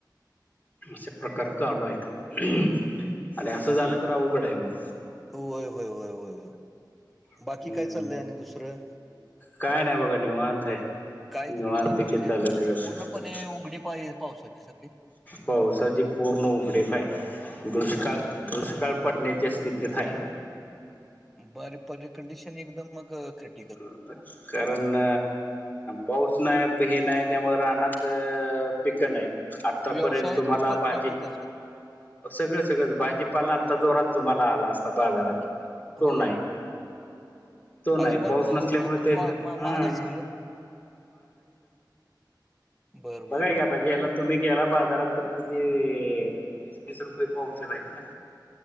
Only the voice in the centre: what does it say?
व्हय व्हय व्हय व्हय व्हय
बाकी काय चाललंय आणि दुसरं
काय
तिकडं
म्हणजे
पूर्णपणे उघडी पाय पावसाची सगळी.
बर <inaudible> कंडिशन एकदम मग खं
व्यवसायात
बी परिणाम
होत असेल?
म
होय.
अजिबात
म्हणजे
महाग आहे सगळं बरं,
बरं, बरं.